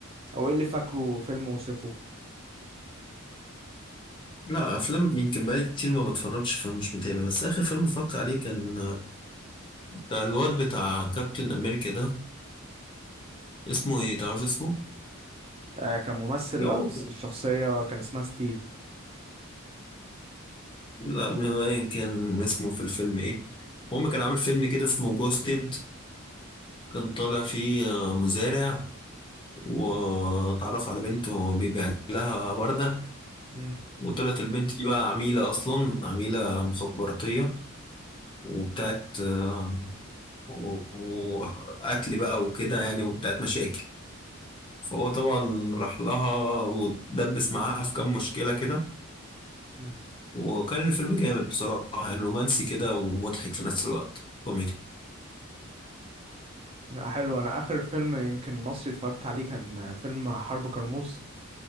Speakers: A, on the right; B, on the left.
A: او ايه اللي فاكره فيلم وصفه
B: لا افلام يمكن بقالي كتير ما بتفرجش فمش متابع بس اخر فيلم اتفرجت عليه كان بتاع الواد بتاع كابتن امريكا ده اسمه ايه تعرف اسمه؟
A: آه كممثل
B: جو
A: لا بس الشخصية كان اسمها ستيف
B: لا ما هو ايا كان اسمه في الفيلم ايه المهم كان عامل فيلم كده اسمه جوستد كان طالع فيه آه، مزارع واتعرف
A: مم.
B: على بنت وهو بيبيع لها وردة
A: مم.
B: وطلعت البنت دي بقى عميلة أصلا عميلة مخابراتية وبتاعت آه، و- وقتل بقى وكده يعني وبتاعت مشاكل فهو طبعا راح لها ودبس معاها في كام مشكلة كده
A: مم.
B: وكان الفيلم جامد بصراحة يعني رومانسي كده ومضحك في نفس الوقت كوميدي
A: لا حلو انا اخر فيلم يمكن مصري اتفرجت عليه كان فيلم حرب كرموز